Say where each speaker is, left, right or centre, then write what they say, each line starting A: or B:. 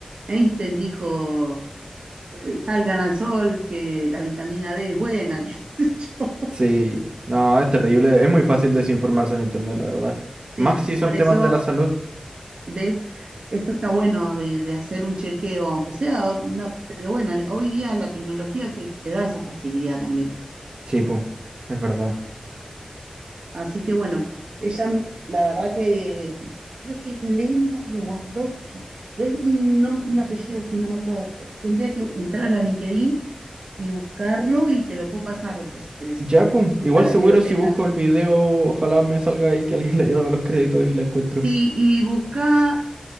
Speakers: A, on the right (about 80°); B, on the right (about 55°).
A: Einstein dijo, eh, salgan al sol, que la vitamina D es buena, <laughs> qué sé yo.
B: Sí, no, es terrible. Es muy fácil desinformarse en internet, la verdad.
A: Sí,
B: Más si son
A: por
B: temas
A: eso,
B: de la salud.
A: ves, esto está bueno de, de hacer un chequeo, aunque sea, una- pero bueno, hoy día la tecnología te, te da esa facilidad también.
B: Sí, pum, es verdad.
A: Así que bueno, ella, la verdad que creo que es Lena Lewandowski, pero es un, nom- un apellido así, no me acuerdo. Tendría que entrar a LinkedIn y buscarlo y te lo puedo pasar después si querés,
B: Ya, pum. Igual
A: para
B: seguro
A: que lo
B: si
A: tengas.
B: busco el video, ojalá me salga ahí que alguien <laughs> le haya dado los créditos y la encuentro.
A: Sí, y busca,